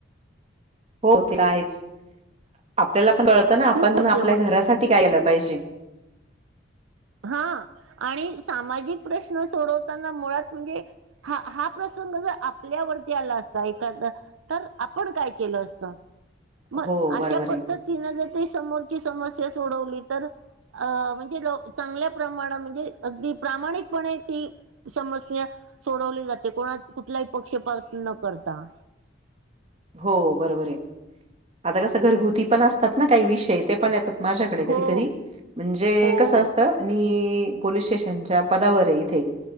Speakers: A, on the right; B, on the right.
A: हो ते आहेच. <inaudible> आपल्याला पण कळतं ना, आपण
B: खूप होते
A: आपल्या घरासाठी काय आलं पाहिजे.
B: हा. आणि सामाजिक प्रश्न सोडवताना मुळात म्हणजे हा, हा प्रसंग जर आपल्यावरती आला असता, एखाद तर आपण काय केलं असत? मग
A: हो
B: अशा
A: बरोबर
B: पद्धत
A: आहे.
B: तिन जर ते समोरची समस्या सोडवली तर, अ म्हणजे चांगल्या प्रमाणात, म्हणजे अगदी प्रामाणिकपणे ती समस्या सोडवली जाते. कोणा कुठलाही पक्षपात न करता.
A: हो बरोबर आहे. आता कसं घरगुती पण असतात ना काही विषय. ते पण येतात माझ्याकडे
B: हो
A: कधी कधी. म्हणजे
B: हो
A: कसं असतं? मी पोलीस स्टेशनच्या पदावर इथे.